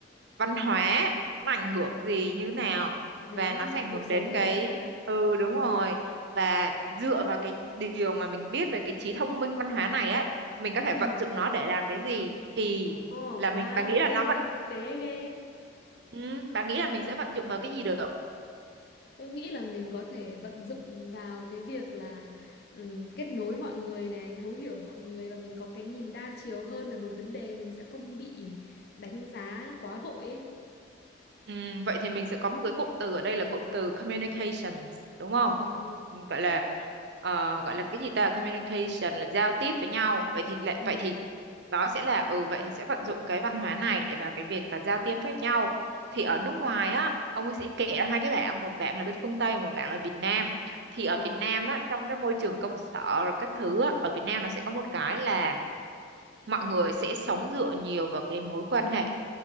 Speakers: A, on the right; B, on the left.
A: văn
B: ừ
A: hóa nó ảnh hưởng gì như nào
B: đến
A: và nó sẽ ảnh hưởng
B: cuộc sống
A: đến cái
B: mình ấy hả
A: ừ đúng rồi và dựa vào cái điều mà mình biết về cái trí thông minh văn hóa này á mình có thể
B: ừ
A: vận dụng nó để làm cái gì thì
B: ồ
A: là mình
B: wow
A: bà nghĩ là
B: cái
A: nó
B: này
A: vận
B: thực tế ghê
A: ừ, bà nghĩ là mình sẽ vận dụng vào cái gì được
B: Tôi nghĩ là mình có thể vận dụng vào cái việc là ừm, kết nối mọi người này, thấu hiểu mọi người và mình có cái nhìn đa chiều hơn về một vấn đề, mình sẽ không bị đánh giá quá vội ấy.
A: Ừ, vậy thì mình sẽ có một cái cụm từ ở đây là cụm từ communications đúng không?
B: Ừ,
A: Ừ, Gọi là ờ, gọi là cái gì ta communication là giao tiếp với nhau. Vậy thì lại
B: ừ,
A: vậy thì đó sẽ là ừ vậy thì sẽ vận dụng cái văn hóa này để vào cái việc là giao tiếp với nhau. Thì ở nước ngoài á ông ấy sẽ kể ra hai cái bảng một bảng là bên phương Tây và một bảng là Việt Nam. Thì ở
B: ờ,
A: Việt Nam á trong cái môi trường công sở rồi các thứ á, ở Việt Nam nó sẽ có một cái là mọi người sẽ sống dựa nhiều vào cái mối quan hệ